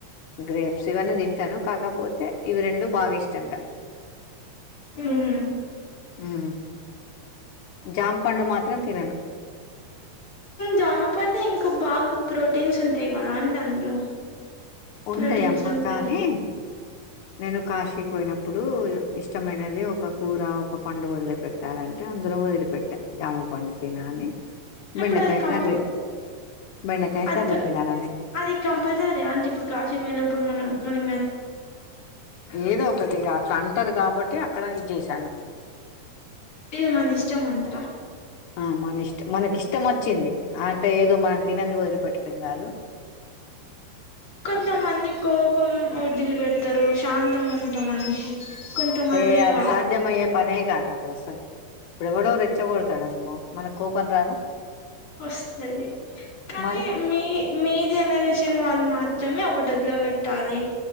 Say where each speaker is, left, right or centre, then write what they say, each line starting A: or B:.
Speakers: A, on the left; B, on the left.
A: గ్రేప్స్ ఇవన్నీ తింటాను కాకపోతే ఇవి రెండు బాగా ఇష్టంగా
B: ఉమ్
A: ఉ జాంపండు మాత్రం తినను
B: జామపండు ఇంకా బాగ ప్రోటీన్స్ ఉంటాయి కదా అండి అందులో
A: ఉంటాయమ్మా
B: ప్రోటీన్స్ ఉంటాయి
A: కానీ నేను కాశీ పోయినప్పుడు ఇష్టమైనది ఒక కూర ఒక పండు వదిలిపె ట్టాలంట అందులో వదిలిపెట్ట జామ పండు తిన అని బెండకాయ
B: ఇప్పుడు అది కంప
A: కరీ బెండకాయ్
B: అది
A: కర్రీ తినని
B: అది కంపల్సరీ అంటే ఇప్పుడు గాజు పోయినప్పుడు మనం మనం
A: ఏదో ఒకటి అట్ల అంటారు కాబట్టి అక్కడ ఇది చేసాను
B: ఇగ మన ఇష్టంమంటార
A: ఆ మన ఇష్ట మనకి ఇష్టం వచ్చింది అంటే ఏదో మనం <unintelligible> వదిలిపెట్టడం కాదు అట్లా
B: కొంతమంది కోపం వదిలి పెడతారు శాంతం ఉంటాం మనిషి కొంతమంది
A: ఏ
B: ఇగ
A: అది సాధ్యమయ్యే పనే కాదు అది అసలు ఇప్పుడు కూడ రెచ్చగొడతాడు మనకు కోపం రాదు
B: వస్తది కానీ
A: మరి
B: మీ మీ జనరేషన్ వాళ్ళు మాత్రమే ఒకటి వదిలి పెట్టాలి